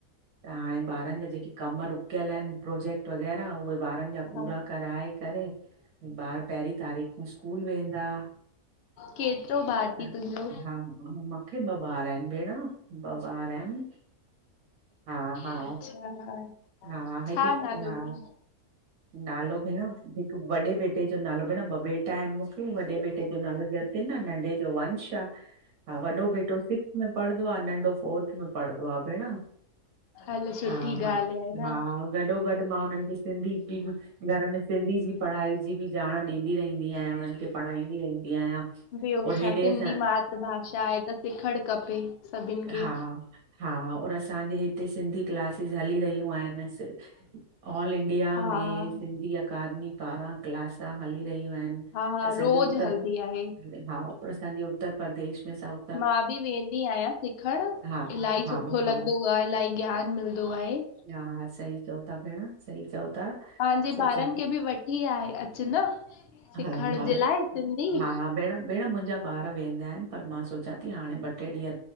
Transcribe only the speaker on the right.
त हाणे ॿारन जा जेके कम रुकयल आहिन प्रोजेक्ट वग़ैरह उहे ॿारन जा पूरा
कराए करे ॿार पहिरीं तारीख़ में स्कूल वेंदा।
ह
हा मां मुखे ॿ ॿार आहिन भेण ॿ ॿार आहिन हा-हा
हा
हिक
हा
नालो भेण वॾे बेटे जो नालो भेण ॿ बेटा आहिन मुखे वॾे बेटे जो नालो जतिन आ नंढे जो वंश आ। हा वॾो बेटो सिक्स्थ में पढ़ंदो आ, नंढो फोर्थ में पढ़ंदो आ भेण।
हा हा
हा गॾो गॾ मां हुनन खे सिंधी बि घर में सिंधी जी पढ़ाई जी बि ॼाण ॾींदी रहंदी आयां उन्हन खे पढ़ाईंदी रहंदी आहियां।
और
हेॾे
असां
हा हा और असांजे हिते सिंधी क्लासिस हली रहियूं आहिन ऑल इंडिया
में सिंधी अकादमी पारां क्लास हली रहियूं आहिन।
असांजे
उत्तर
हा असांजे उत्तर प्रदेश में सभ
हा
हा
हा
हा-हा सही चओ था भेण सही चओ था।
सही
चओ था
हा हा
हा भेण भेण मुंहिंजा ॿार वेंदा आहिन, पर मां सोचां थी हाणे ब - टे ॾीह